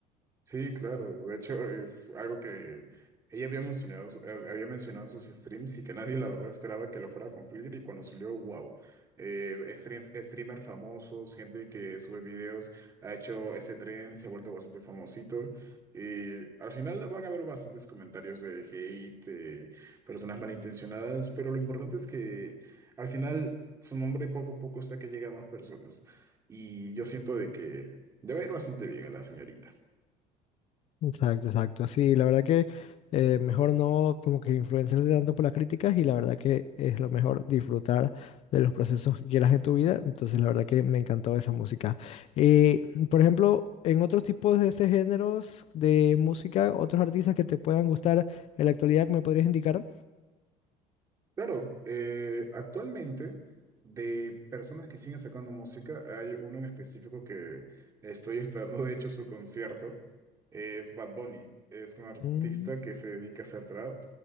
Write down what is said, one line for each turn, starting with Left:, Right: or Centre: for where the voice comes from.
Right: Sí, claro. De hecho, es algo que ella había mencionado, eh, había mencionado en sus streams y que nadie, la verdad, esperaba que lo fuera a cumplir. Y cuando salió, wow. Eh, stream- streamers famosos, gente que sube videos, ha hecho ese tren, se ha vuelto bastante famosito. Y al final van a haber bastantes comentarios de hate, eh, personas malintencionadas, pero lo importante es que al final su nombre poco a poco está que llega a más personas. Y yo siento de que ya va a ir bastante bien a la señorita.
Left: Exacto, exacto. Sí, la verdad que eh, mejor no como que influenciarse tanto por las críticas y la verdad que es lo mejor disfrutar de los procesos que quieras en tu vida. Entonces, la verdad que me encantó esa música. Eh, por ejemplo, en otros tipos de ese géneros de música, otros artistas que te puedan gustar en la actualidad, ¿me podrías indicar?
Right: Claro, eh, actualmente de personas que siguen sacando música, hay uno en específico que estoy esperando, de hecho, su concierto. Es Bad Bunny. Es un artista
Left: Mm.
Right: que se dedica a hacer trap.